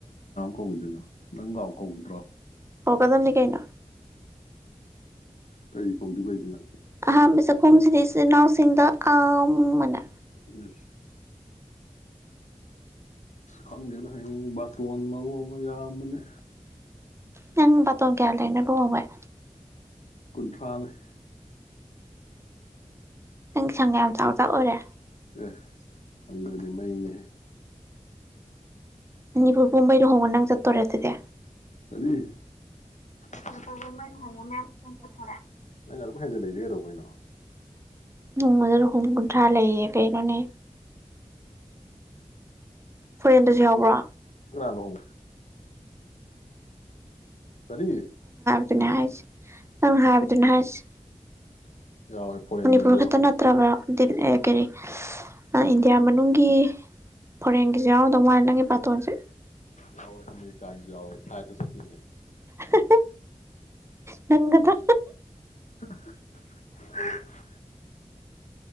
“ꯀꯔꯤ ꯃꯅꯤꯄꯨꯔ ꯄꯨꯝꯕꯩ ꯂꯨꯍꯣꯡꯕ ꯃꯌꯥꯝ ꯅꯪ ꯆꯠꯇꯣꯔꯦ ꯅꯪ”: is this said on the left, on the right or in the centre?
Left